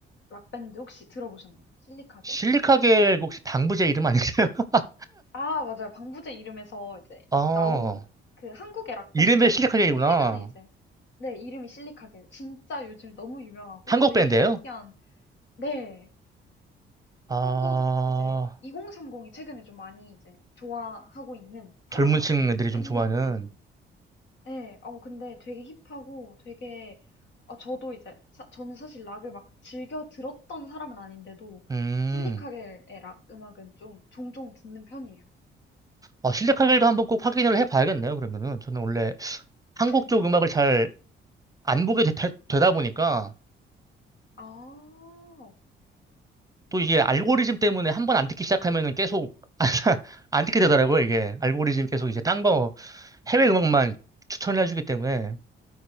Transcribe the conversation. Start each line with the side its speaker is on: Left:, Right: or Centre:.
Left: 락밴드 혹시 들어보셨나요? 실리카겔?
Right: 실리카겔 혹시 방부제 이름 아니세요? <laughs>
Left: 아, 맞아요. 방부제 이름에서 이제
Right: 아,
Left: 나온 그 한국의 락밴드
Right: 이름에 실리카겔이구나.
Left: 최근에 이제 네, 이름이 실리카겔. 진짜 요즘 너무 유명하고
Right: 한국
Left: 되게
Right: 밴드예요?
Left: 트렌디한 네,
Right: 아,
Left: 한국 이제 2030이 최근에 좀 많이 이제 좋아하고 있는 사랑받고
Right: 젊은 층
Left: 있는
Right: 애들이
Left: 밴드인데
Right: 좀 좋아하는.
Left: 네, 어, 근데 되게 힙하고 되게, 어, 저도 이제, 사- 저는 사실 락을 막 즐겨 들었던 사람은 아닌데도,
Right: 음.
Left: 실리카겔의 락 음악은 좀 종종 듣는 편이에요.
Right: 아, 실력하기도 한번 꼭 확인을 해봐야겠네요, 그러면은. 저는 원래 한국
Left: 네.
Right: 쪽 음악을 잘 안 보게 되, 되다 보니까
Left: 아,
Right: 또 이게 알고리즘 때문에 한번 안 듣기 시작하면은 계속 <laughs> 안, 듣게 되더라고요, 이게. 알고리즘 계속 이제 딴 거, 해외 음악만 추천을 해주기 때문에.